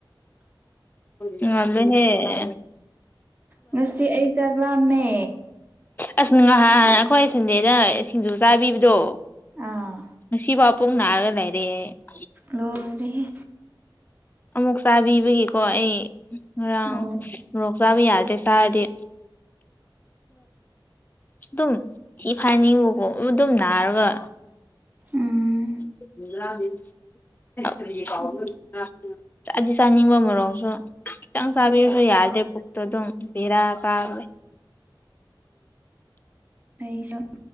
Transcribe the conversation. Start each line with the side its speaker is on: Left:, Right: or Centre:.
Left: ꯉꯜꯂꯦꯍꯦ
Right: ꯉꯁꯤ ꯑꯩ ꯆꯥꯛ ꯂꯝꯃꯦ꯫
Left: ꯑꯁ ꯉꯍꯥꯟ ꯑꯩꯈꯣꯏ ꯁꯟꯗꯦꯅ ꯁꯤꯡꯖꯨ ꯆꯥꯕꯤꯕꯗꯣ
Right: ꯑꯥ
Left: ꯉꯁꯤ ꯐꯥꯎ ꯄꯨꯡ ꯅꯥꯔꯒ ꯂꯩꯔꯦ ꯑꯩ
Right: ꯂꯣꯏꯔꯦꯍꯦ
Left: ꯑꯃꯨꯛ ꯆꯥꯕꯤꯕꯒꯤꯀꯣ ꯑꯩ ꯉꯔꯥꯡ
Right: ꯑꯣ
Left: ꯃꯣꯔꯣꯛ ꯆꯥꯕ ꯌꯥꯗ꯭ꯔꯦ ꯆꯥꯔꯗꯤ ꯑꯗꯨꯝ ꯊꯤ ꯐꯥꯏꯅꯤꯡꯕꯀꯣ ꯑꯗꯨꯝ ꯅꯥꯔꯒ
Right: ꯎꯝ
Left: <unintelligible> ꯆꯥꯗꯤ ꯆꯥꯅꯤꯡꯕ ꯃꯣꯔꯣꯛꯁꯨ ꯈꯤꯇꯪ ꯆꯥꯕꯤꯔꯁꯨ ꯌꯥꯗ꯭ꯔꯦ ꯄꯨꯛꯇꯨ ꯑꯗꯨꯝ ꯕꯦꯔꯥ ꯀꯥꯈ꯭ꯔꯦ꯫
Right: ꯑꯩꯁꯨ